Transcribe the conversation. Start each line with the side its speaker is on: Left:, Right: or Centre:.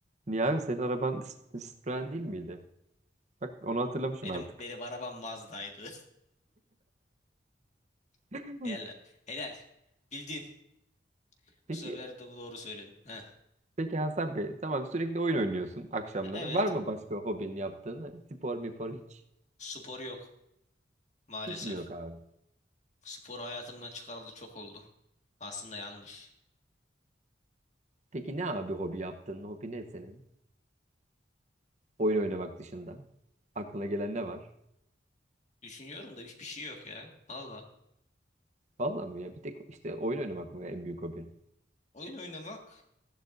Right: Niye abi senin araban S- Citroen değil miydi? Bak onu hatırlamışım
Left: Benim
Right: artık.
Left: benim arabam Mazda'ydı.
Right: <laughs>
Left: <laughs> Helal. Helal. Bildin. Bu
Right: Peki,
Left: sefer de doğru söyledin. Heh.
Right: peki Hasan Bey, tamam sürekli oyun oynuyorsun akşamları.
Left: E, Evet.
Right: Var mı başka hobin yaptığın? Spor mipor hiç.
Left: Spor yok maalesef.
Right: Hiç mi yok abi?
Left: Spor hayatımdan çıkarıldı çok oldu. Aslında yanlış.
Right: Peki ne abi hobi yaptığın? Hobi ne senin? Oyun oynamak dışında. Aklına gelen ne var?
Left: Düşünüyorum da hiçbir şey yok ya. Valla.
Right: Vallahi mi ya? Bir tek işte oyun oynamak mı en büyük hobin?
Left: Oyun oynamak.